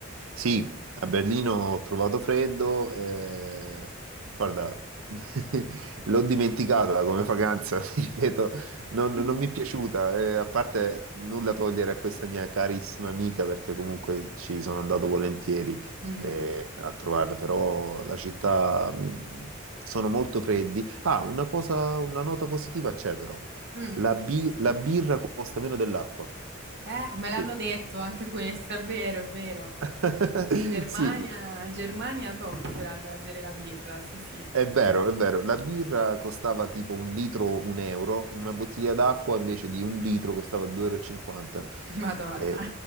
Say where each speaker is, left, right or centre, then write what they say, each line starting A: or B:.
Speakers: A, on the right; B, on the right.
A: Sì, a Berlino ho trovato freddo, eh, guarda, <laughs> l'ho dimenticata come vacanza, <laughs> ti ripeto, non,
B: <laughs>
A: non mi è piaciuta, eh, a parte nulla togliere a questa mia carissima amica perché comunque ci sono andato volentieri
B: Mhm.
A: eh, a trovarla, però la città mi- sono molto freddi. Ah, una cosa, una nota positiva c'è però,
B: Mm.
A: la, bi- la birra costa meno dell'acqua,
B: Eh, me
A: sì.
B: l'hanno detto anche questo, è vero, è vero.
A: <laughs>
B: Germania,
A: Sì,
B: Germania top per andare a bere la birra, sì, sì.
A: È vero, è vero, la birra costava tipo un litro un euro, una bottiglia d'acqua invece di un litro costava 2,50 euro. e cinquanta.
B: Madonna.
A: Eh,